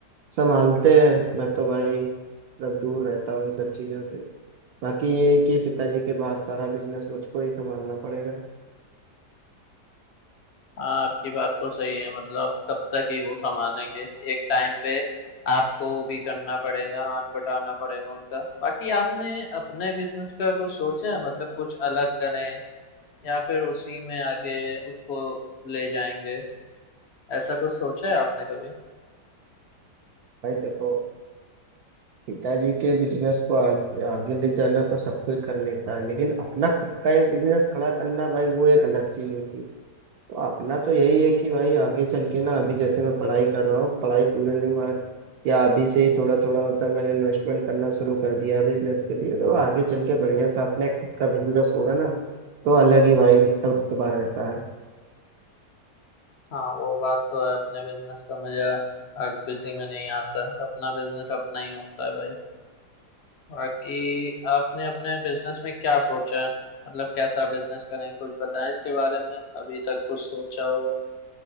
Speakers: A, on the right; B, on the left.
A: संभालते हैं मैं तो भाई मतलब दूर रहता हूँ इन सब चीजों से बाकी ये है कि पिताजी के बाद सारा बिजनेस मुझको ही संभालना पड़ेगा
B: हाँ आपकी बात तो सही है मतलब कब तक ही वो संभालेंगे एक टाइम पे आपको भी करना पड़ेगा हाथ बटाना पड़ेगा उनका बाकी आपने अपने बिजनेस का कुछ सोचा है मतलब कुछ अलग करें या फिर उसी में आगे उसको ले जाएंगे ऐसा कुछ सोचा है आपने कभी
A: भाई देखो पिताजी के बिजनेस को आगे, आगे ले जाना तो सब कोई कर लेता है लेकिन अपना खुद का एक बिजनेस खड़ा करना भाई वो एक अलग चीज होती है तो अपना तो यही है कि भाई आगे चल के ना अभी जैसे मैं पढ़ाई कर रहा हूँ पढ़ाई पूरी होने के बाद या अभी से ही थोड़ा थोड़ा मतलब मैंने इन्वेस्टमेंट करना शुरू कर दिया है बिजनेस के लिए तो आगे चल के बढ़िया से अपने खुद का बिजनेस होगा ना तो अलग ही भाई मतलब इतबार रहता है
B: हाँ वो बात तो है अपने बिजनेस का मजा हर किसी में नहीं आता अपना बिजनेस अपना ही होता है भाई बाकी आपने अपने बिजनेस में क्या सोचा है मतलब कैसा बिजनेस करेंगे कुछ बताएं इसके बारे में अभी तक कुछ सोचा हो